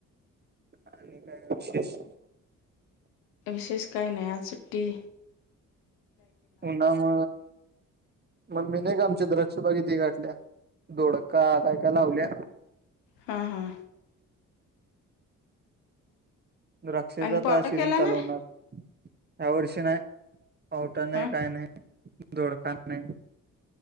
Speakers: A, on the right; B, on the left.
A: आणि काय विशेष
B: विशेष काही नया चुट्टी
A: पु नाम मम् ममी नाही का आमच्या द्रक्ष बागिती गाठल्या धोडका काय काय लावल्या
B: हां हां
A: द्रक्षचा
B: आणि पावटा
A: तर सीझन
B: केला
A: चालू
B: ना
A: होणार ह्या वर्षी नाही वट नाही
B: हा
A: काही नाही दोडख नाही